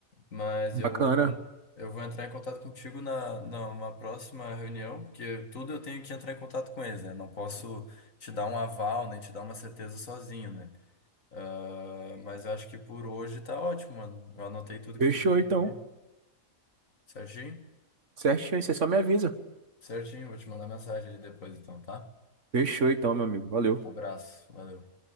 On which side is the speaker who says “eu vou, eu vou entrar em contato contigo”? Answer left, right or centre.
Left